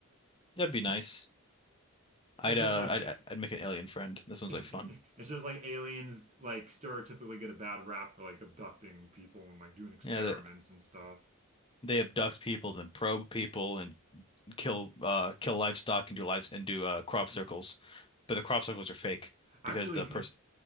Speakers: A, on the left; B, on the right.
A: That'd be nice. I'd
B: it's just
A: uh,
B: like
A: I'd I'd make an alien friend. This sounds
B: <laughs>
A: like fun.
B: It's just like aliens like stereotypically get a bad rap for like abducting people and like doing experiments
A: Yeah, they,
B: and stuff.
A: they abduct people, then probe people, and kill uh kill livestock and do lives and do uh crop
B: <laughs>
A: circles, but the crop circles are fake
B: Actually,
A: because the person